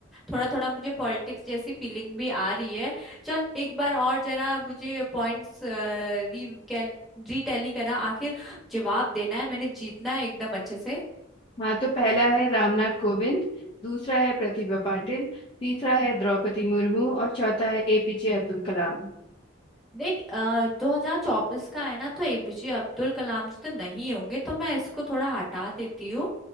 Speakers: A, in the centre; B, on the left.
A: थोड़ा थोड़ा मुझे पॉलिटिक्स जैसी फीलिंग भी आ रही है चल एक बार और जरा मुझे पॉइंट्स री रिटैली करा आखिर जवाब देना है मैंने जीतना है एकदम अच्छे से
B: हाँ तो पहला है रामनाथ कोविंद दूसरा है प्रतिभा पाटिल तीसरा है द्रौपदी मुर्मू और चौथा है एपीजे अब्दुल कलाम
A: देख आ, दो हजार चौबीस का है ना तो एपीजे अब्दुल कलाम जी तो नहीं होंगे तो मैं इसको थोड़ा हटा देती हूँ